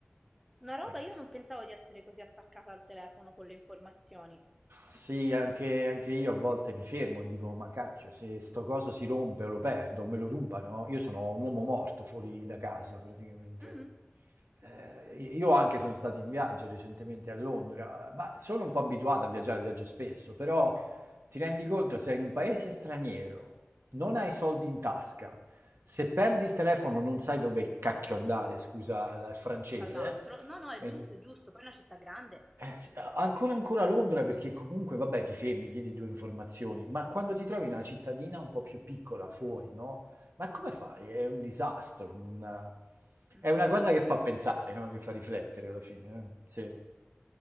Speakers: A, in the centre; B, on the right (about 70°).
A: Una roba
B: Eh.
A: io non pensavo di essere così attaccata al telefono con le informazioni.
B: Sì, anche anche io a volte mi fermo e dico: "Ma cacchio, se sto coso si rompe o lo perdo o me lo rubano, io sono un uomo morto fuori da casa praticamente".
A: Mh-mh.
B: Ehm, i io anche sono stato in viaggio recentemente a Londra, ma sono un po' abituato a viaggiare, viaggio spesso, però ti rendi conto sei in un paese straniero, non hai soldi in tasca, se perdi il telefono non sai dove cacchio andare, scusa la il francese.
A: dall'altro. No, no, è
B: Es
A: giusto, è giusto. Poi è una città grande.
B: eh, s a ancora ancora a Londra perché comunque vabbè ti fermi, chiedi 2 informazioni, ma quando ti trovi in una cittadina un po' più piccola fuori, no, ma come fai? È un disastro, un
A: Mm.
B: è una cosa che fa pensare, no, che fa riflettere alla fine, eh, sì.